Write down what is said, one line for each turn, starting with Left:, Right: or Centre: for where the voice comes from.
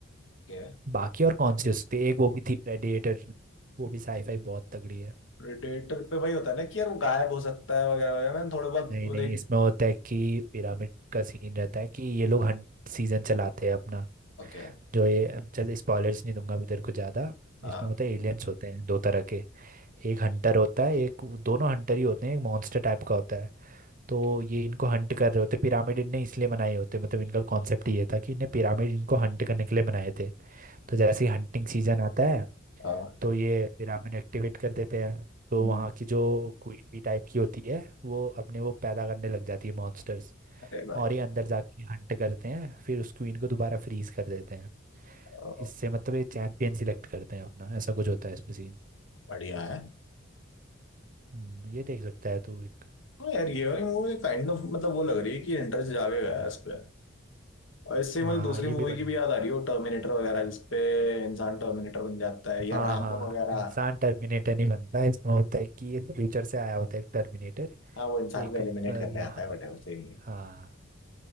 Left: क्या
Right: बाकी और कौन सी हो सकती है एक वो भी थी प्रेडिएटर वो भी साईफाई बहुत तगड़ी है
Left: प्रेडेटर पे वही होता है ना कि यार वो गायब हो सकता है वगैरह वगैरह मैंने थोड़ा बहुत
Right: नहीं नहीं
Left: लाइक
Right: इसमें होता है कि पिरामिड का सीन रहता है कि ये लोग हंट सीजन चलाते हैं अपना
Left: ओके
Right: जो ये अब चल स्पॉयलर्स नहीं दूंगा मैं तेरे को ज़्यादा
Left: हाँ
Right: इसमें होता है एलियंस होते हैं दो तरह के एक हंटर होता है एक दोनों हंटर ही होते हैं एक मॉन्स्टर टाइप का होता है तो
Left: okay,
Right: ये इनको हंट कर रहे होते पिरामिड इनने इसलिए बनाए होते मतलब इनका कॉन्सेप्ट ये था कि इन्हें पिरामिड इनको हंट करने के लिए बनाए थे तो जैसे ही हंटिंग सीजन आता है
Left: हाँ,
Right: तो ये पिरामिड एक्टिवेट कर देते हैं तो
Left: हम्म,
Right: वहाँ की जो क्वीन बी टाइप की होती है वो अपने वो पैदा करने लग जाती है मॉन्स्टर्स
Left: अरे भाई
Right: और ये अंदर जाके हंट करते हैं फिर उस क्वीन को दोबारा फ्रीज कर देते हैं
Left: अ,
Right: इससे मतलब ये चैंपियन सिलेक्ट करते हैं अपना ऐसा कुछ होता है इसमें सीन
Left: बढ़िया है
Right: हम्म, ये देख सकता है तू एक
Left: हाँ यार ये वाली मूवी काइंड ऑफ मतलब वो लग रही है कि इंटरेस्ट जागेगा इस पे और इससे मुझे
Right: हाँ
Left: दूसरी
Right: ये
Left: मूवी
Right: भी बढ़िया
Left: की भी
Right: है
Left: याद आ रही है वो टर्मिनेटर वगैरह जिसपे इंसान टर्मिनेटर बन जाता है या
Right: हाँ
Left: रामबो
Right: हाँ
Left: वगैरह
Right: इंसान टर्मिनेटर नहीं बनता इसमें होता है कि ये फ्यूचर से आया होता है एक टर्मिनेटर
Left: हाँ वो इंसान
Right: एक
Left: को एलिमिनेट
Right: ब-
Left: करने
Right: लो-
Left: आता है बट सेम
Right: हाँ